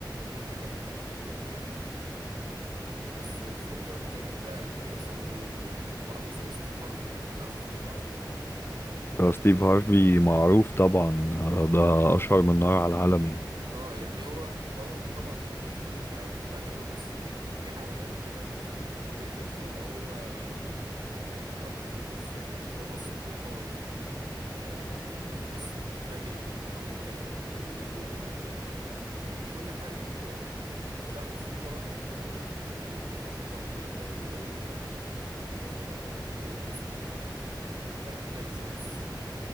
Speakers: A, on the right; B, on the left.
A: في الحاجه في في النقطه دي في الحته دي بس في حاجات بتعجبني بقى أجنبي مثلا زي برامج زي ستيف هارفي عارف ستيف هارفي؟
B: آه، ستيف هارفي معروف طبعا آه، ده اشهر من نار على العالم يعني
A: اه يعني هو برضه طبعا مش كل الحلقات بتبقى حلوة بس في <laughs> في حلقات كده بتبقى اللي هو يعني زي ما تقول اوت اوف ذا بوكس يعني بره الصندوق خالص آه، يعني بيجيب ناس بتتفاجئ من طريقة كلامهم من اللي بيقولوه من ال- كل حاجة فاهم لا وفي برامج تاني برضو يعني أكتر برنامج قريب من قلبي آه، برنامج اسمه امبراكتيكال جوكس